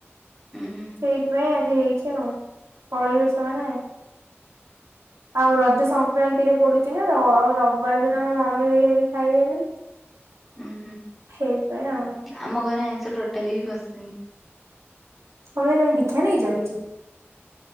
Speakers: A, in the centre; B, on the right.
A: ଉଁ ହୁଁ।
B: ସେଇଥିପାଇଁ ଆଜି ହେଇଚି ଆଉ ପଳେଇବେ ସେମାନେ। ଆଉ ରଜ ସଂକ୍ରାନ୍ତିରେ ପଡ଼ୁଚିନା ଆଉ ରବିବାର ଦିନ ମମି ହରିକା କେହି ଖାଇବେନି।
A: ଉଁ ହୁଁ।
B: ସେଇଥିପାଇଁ ଆଉ।
A: ଆମ ଘରେ ଆଇଁଷ ଟୋଟାଲି ହିଁ ପସେନି।
B: କଣ ପାଇଁ ତମେ ଦୀକ୍ଷା ନେଇଛ କିଛି?